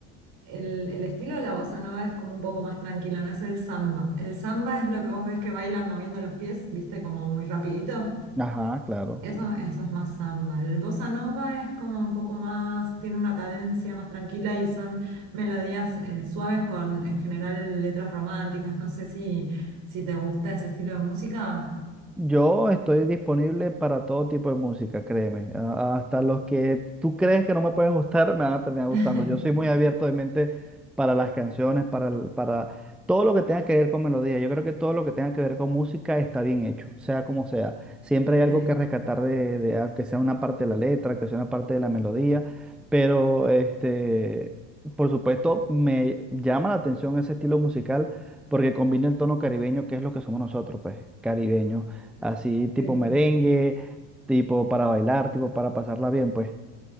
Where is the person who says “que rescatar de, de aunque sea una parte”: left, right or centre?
Centre